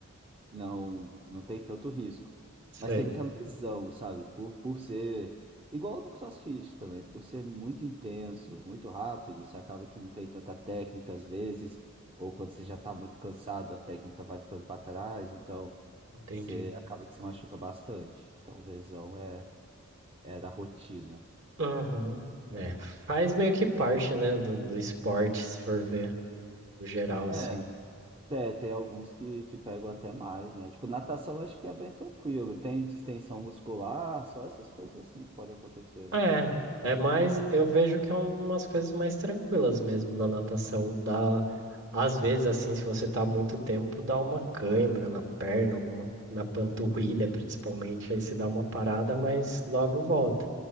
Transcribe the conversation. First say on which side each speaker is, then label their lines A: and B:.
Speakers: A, on the right; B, on the right.
A: não não tem tanto risco.
B: Sei,
A: Mas tem muita lesão, sabe? Por, por ser igual no CrossFit também, por ser muito intenso, muito rápido, você acaba que não tem tanta técnica às vezes, ou quando você já está muito cansado, a técnica vai ficando para trás, então
B: entendi.
A: você acaba que se machuca bastante. Então, lesão é, é da rotina.
B: Aham. É, faz meio que parte, né, do, do esporte, se for ver, no geral,
A: É.
B: assim.
A: tem tem alguns que, que pegam até mais, né? Tipo, natação eu acho que é bem tranquilo. Tem distensão muscular, só essas coisas assim que podem acontecer, né?
B: É, é mais, eu vejo que é um- umas coisas mais tranquilas mesmo na natação. Dá, às vezes, assim, se você tá muito tempo, dá uma cãibra na perna, alguma, na panturrilha, principalmente, aí se dá uma parada, mas logo volta.